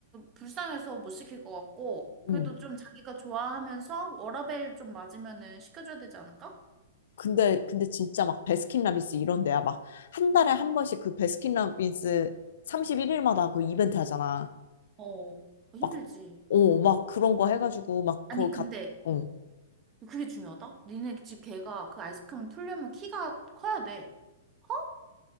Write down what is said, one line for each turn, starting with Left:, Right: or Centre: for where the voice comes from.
Right: 불쌍해서 못 시킬 것 같고, 그래도
Left: 음.
Right: 좀 자기가 좋아하면서 워라밸 좀 맞으면은 시켜줘야 되지 않을까?
Left: 근데, 근데 진짜 막 베스킨라빈스 이런 데야. 막 한 달에 한 번씩 그 베스킨라빈스 31일마다 그 이벤트 하잖아.
Right: 어, 힘들지.
Left: 막, 어, 막 그런 거 해가지고 막
Right: 아니,
Left: 거기
Right: 근데,
Left: 갔, 어.
Right: 어, 그게 중요하다? 니네 집 개가 그 아이스크림 풀려면 키가 커야 돼. 커?